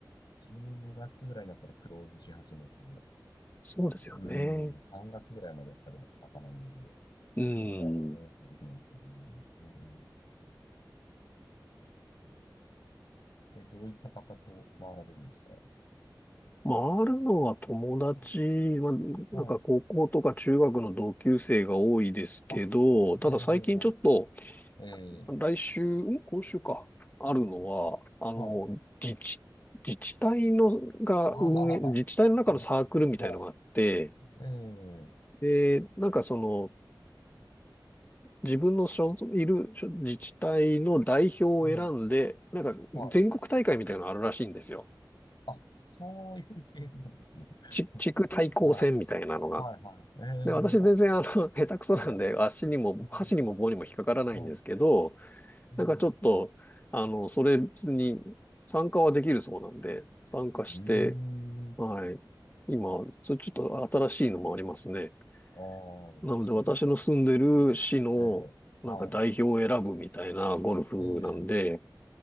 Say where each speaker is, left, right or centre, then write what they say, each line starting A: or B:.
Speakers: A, on the left; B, on the left.
A: 12月ぐらいになったらクローズし始めて、
B: そうですよね。
A: うん、3月ぐらいまでやっぱり開かないんで、
B: うん。
A: 冬はね、できないんですけどね。うん、そうですねえ、どういった方と回られるんですか
B: まああるのは友達は、
A: うん、はい。
B: なんか高校とか中学の同級生が多いですけど、
A: あ、なるほど、
B: ただ最近ちょっと、
A: なるほど。えー、
B: 来週、ん今週か、あるのは、
A: うん、
B: あの、
A: はい。
B: 自治、自治体のが運営、
A: ああ、
B: 自治体の中のサークルみたいのがあって、
A: <laughs> はい。えー
B: で、なんかその、自分の所属いる所自治体の代表を選んで、
A: うん、
B: なんか全国大会みたいなのあるらしいんですよ。
A: はい。あ、そういう系なんですね。<laughs>
B: ち、地区対抗戦みたいなのが。
A: はい。はい、はい。
B: で、私全然あの、
A: えーあ、そ
B: <laughs> 下手くそなんで、
A: う。はい。
B: 足にも、
A: うん、
B: 箸にも棒にも引っかからないんですけど、
A: はい。うん。
B: なんかちょっと、あの、それ別に参加はできるそうなんで、参加して、
A: うーん。
B: はい。今、それちょっと新しいのもありますね。
A: ああ、面白いですね。
B: なので私の住んでる市の、
A: ええ、
B: なんか代表を選ぶみたいなゴルフなんで、
A: はい。ええ、